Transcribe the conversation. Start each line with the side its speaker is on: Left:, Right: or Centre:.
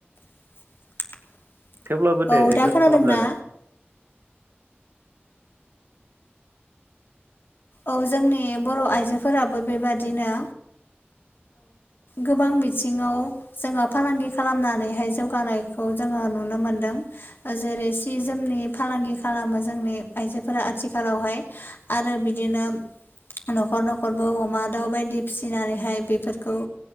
Left: <inaudible>
Right: थेवब्लाबो
Left: औ
Right: दे एडजासट
Left: दा खोनादोंना
Right: खालामजागोन।
Left: औ जोंनि बर' आइजोफोराबो बेबायदिनो गोबां बिथिङाव जोङो फालांगि खालामनानैहाय जौगानाय खौ जोङो नुनो मोनदों। जेरै सि जोमनि फालांगि खालामो जोंनि आइजोफोरा आथिखालावहाय आरो बि बिदिनो न'खर न'खरबो अमा दाउ बायदि फिसिनानैहाय बेफोरखौ